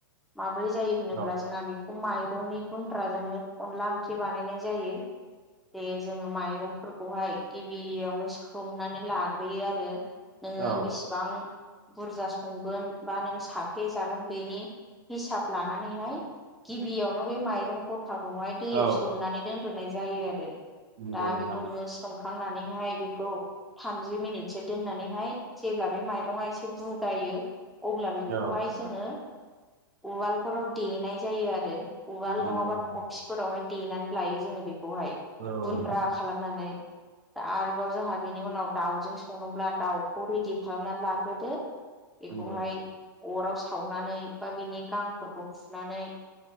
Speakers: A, in the centre; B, on the right (about 55°).
A: मा ब्रै जायो होनोब्ला
B: औ
A: जोंना बेखौ माइरंनि गुन्द्राजोंनो अनला ओंख्रि बानायनाय जायो । बे जोङो माइरंफोरखौहाय गिबियावनो सोमनानै लाग्रोयो आरो । नोङो
B: औ
A: बिसिबां बुरजा संगोन बा नों साखफे जागोन बेनि हिसाब लानानैहाय गिबियावनो बे माइरं गथाखौहाय दैयाव
B: औ
A: सोमनानै दोन ग्रोनाय जायो आरो
B: नंगौ
A: ।दा
B: नोंथां
A: बेखौ नोंङो सोम खांनानैहाय बेखौ थामजि मिनितसो दोन्नानैहाय जेब्ला बे माइरंआ एसे बुगायो अब्ला बेखौहाय
B: औ नोंथां
A: जोङो उवालफोराव देनाय जायो आरो उवाल
B: नंगौ
A: नङाबा
B: नोंथां
A: थफिफोरावहाय देनानै लायो जोङो बेखौहाय
B: औ नोंथां
A: गुन्द्रा खालामनानै । आरोबाव जोंहा बेनि उनाव दाउजों सङोब्ला दाउखौ रेडि खालामनानै लाग्रोदो । बेखौहाय
B: नंगौ
A: अराव सावनानै बा बिनि गांफोरखौ फुनानै